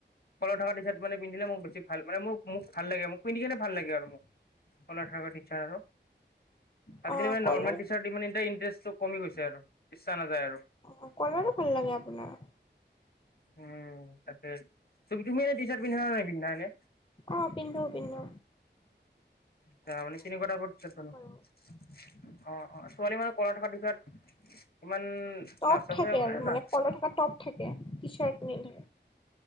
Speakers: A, on the left; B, on the left.
A: কলাৰ থকা টি চাৰ্ট মানে পিন্ধিলে মোক বেছি ভাল মানে মোক ভাল লাগ মোক পিন্ধি কেনে ভাল লাগে আৰু মোক কলাৰ থকা টিচাৰ্ট আৰু। আজিকালি
B: অ
A: মানে
B: কলাৰ
A: নৰ্মেল টি চাৰ্ট মানে এ ইন্টাৰেষ্টটো কমি গৈছে আৰু। ইচ্ছা নাযায় আৰু
B: অ কলাৰো ভাল লাগে আপোনাৰ?
A: উম তাকে তুমি তুমি এনে টি চাৰ্ট পিন্ধা নে নাই পিন্ধা এনে?
B: অ পিন্ধু পিন্ধু।
A: ত মানে কেনেকোৱা টাইপৰ টিচাৰ্ট পছন
B: বাৰু
A: হয় অ অ ছোৱালী মানে কলা থকা দিচাৰ, ইমান
B: টপ
A: নাচাছে
B: থাকে আৰু মানে
A: না।
B: কলাৰ থকা টপ থাকে টি চাৰ্ট নিন্ধে